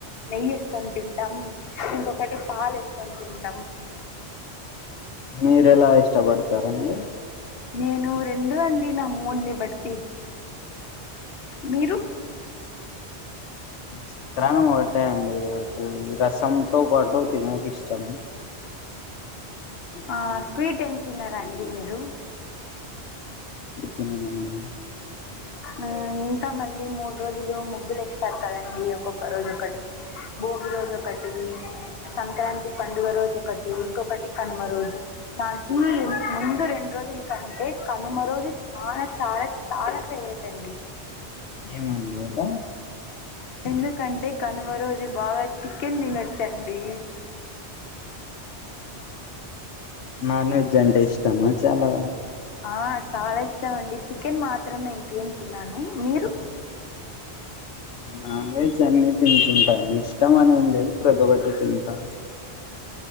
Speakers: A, on the left (about 60°); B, on the left (about 80°).
A: నెయ్యి వేసుకొని తింటాం ఇంకొకటి పాలు వేసుకొని తింటాం
B: మీరెలా ఇష్టపడతారండి
A: నేను రెండు అండి నా మూడ్ ని బట్టి మీరు
B: చిత్రాన్నం ఒకటే అండి రసంతో పాటు తినేక ఇష్టం
A: ఆ స్వీట్ ఏం తినరా అండి మీరు
B: ఎందుకు తినరు అండి
A: ఉమ్ ఇంకా మళ్ళీ మూడు రోజులు ముగ్గులు వేస్తారు కదండి ఒకొక్క రోజు ఒకటి బోగి రోజు ఒకటి సంక్రాంతి పండుగ రోజు ఒకటి ఇంకొకటి కనుమ రోజు నాకి ముందు రెండు రోజుల కంటే కనుమ రోజు చాలా చాలా చాలా ఫేవరెట్ అండి
B: ఏమండి అలా
A: ఎందుకంటే కనుమ రోజు బాగా చికెన్ తినొచ్చండి
B: నాన్ వెజ్ అంటే ఇష్ట మా చాలా
A: ఆ చాలా ఇష్టం అండి చికెన్ మాత్రమే ఇంకేం తినను మీరు
B: ఉమ్ నాన్ వెజ్ అన్నీ తింటుంటా అండి ఇష్టం అని ఏం లేదు <unintelligible>